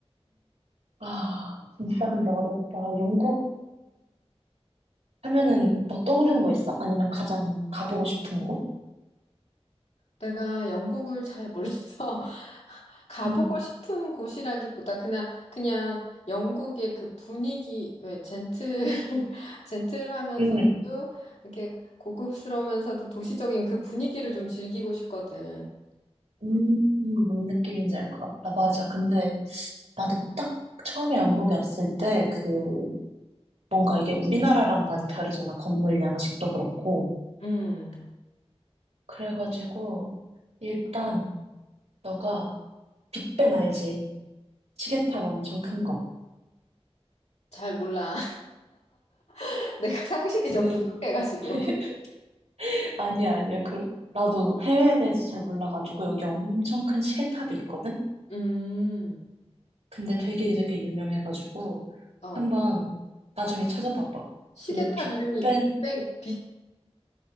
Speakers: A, on the right; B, on the left.
A: 아, 진짜 근데 어렵다. 영국 하면은 뭐 떠오르는 거 있어? 아니면 가장 가보고 싶은 곳?
B: 내가 영국을 잘 몰라서 <laughs> 가보고
A: 응,
B: 싶은 곳이라기보다 그냥 그냥 영국의 그 분위기 왜 젠틀 <laughs> 젠틀하면서도
A: 응,
B: 이렇게 고급스러우면서도 도시적인 그 분위기를 좀 즐기고 싶거든.
A: 음, 뭔 느낌인지 알 것 같다. 맞아. 근데 나도 딱 처음에 영국에 왔을 때 그 뭔가 이게 우리나라랑 많이 다르잖아. 건물 양식도 그렇고.
B: 음,
A: 그래가지고 일단 너가 빅벤 알지? 시계탑 엄청 큰 거.
B: 잘 몰라. <laughs> 내가 상식이
A: 그
B: 좀 부족해가지고.
A: <laughs> 아니야, 아니야. 그, 나도 해외에 대해서 잘 몰라가지고, 여기 엄청 큰 시계탑이 있거든?
B: 음,
A: 근데 되게 되게 유명해가지고,
B: 어,
A: 한번 나중에 찾아봐봐.
B: 시계탑
A: 그 빅벤,
B: 이름이 빅뱅 빅